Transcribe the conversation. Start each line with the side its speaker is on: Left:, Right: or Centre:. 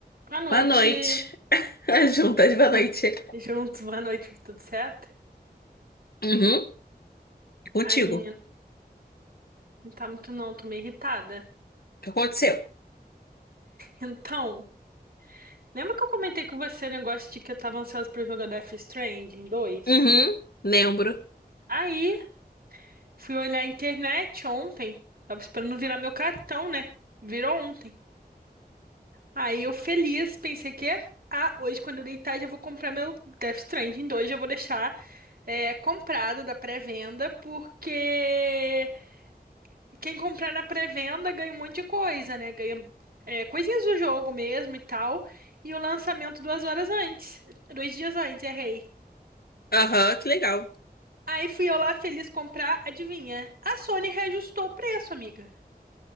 Right: Boa noite.
Left: Boa noite. <laughs> As juntas, boa
Right: <laughs>
Left: noite.
Right: Juntos, boa noite, tudo certo?
Left: Uhum, contigo.
Right: Ai, menina, não tá muito não, tô meio irritada.
Left: O que aconteceu?
Right: Então, lembra que eu comentei com você o negócio de que eu tava ansiosa pra jogar Death Stranding dois?
Left: Uhum, lembro.
Right: Aí, fui olhar a internet ontem, tava esperando virar meu cartão, né? Virou ontem. Aí eu feliz, pensei que, ah, hoje quando eu deitar já vou comprar meu Death Stranding dois, já vou deixar é, comprado da pré-venda, porque Quem comprar na pré-venda ganha um monte de coisa, né? Ganha é, coisinhas do jogo mesmo e tal. E o lançamento duas horas antes. Dois dias antes, errei.
Left: Aham, que legal.
Right: Aí fui eu lá feliz comprar, adivinha? A Sony reajustou o preço, amiga.